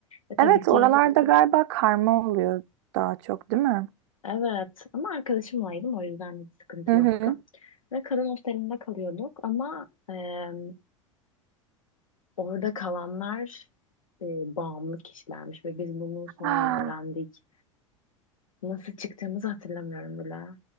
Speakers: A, on the left (about 80°); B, on the right (about 55°).
A: ve tabii
B: Evet,
A: ki
B: oralarda galiba karma oluyor daha çok, değil mi?
A: Evet ama arkadaşımlaydım o yüzden hiç sıkıntı
B: Hı
A: yoktu.
B: hı.
A: Ve kadın hostelinde kalıyorduk ama eee, orada kalanlar eee, bağımlı kişilermiş ve biz bunu sonradan
B: Ah,
A: öğrendik. Nasıl çıktığımızı hatırlamıyorum bile.